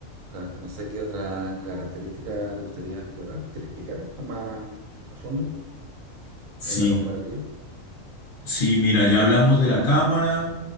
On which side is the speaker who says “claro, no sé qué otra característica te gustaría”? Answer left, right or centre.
Right